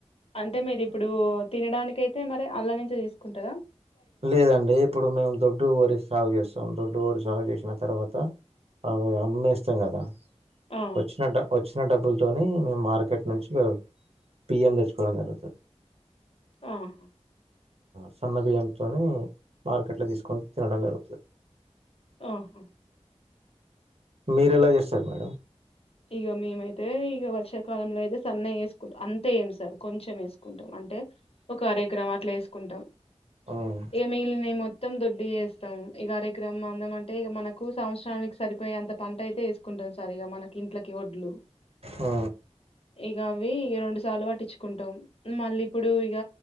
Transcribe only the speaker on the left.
అంటే మీరి ఇప్పుడు తినడానిక అయితే మరి అల్లవించ తీసుకుంటందా
ఆ
ఆహా
ఆహా
ఇక మేమైతే ఈక వర్షాకాలంలో అయితే సన్న వేసుకుంట అంతే ఏం సార్ కొంచెం వేసుకుంటాం అంటే ఒక అరై గ్రాం అట్లా వేసుకుంటాం
ఇక మిగిలిన ఏమో మొత్తం దొడ్డి వేస్తాం ఈ కార్యక్రమం అందం అంటే ఇక మనకు సంవత్సరానికి సరిపోయే అంత పంట అయితే వేసుకుంట ఉంట సరిగా మనకి ఇంట్లకి ఒడ్లు
ఇక అవి ఇక రెండు సార్లు పట్టించుకుంటాం మళ్ళీ ఇప్పుడు ఇక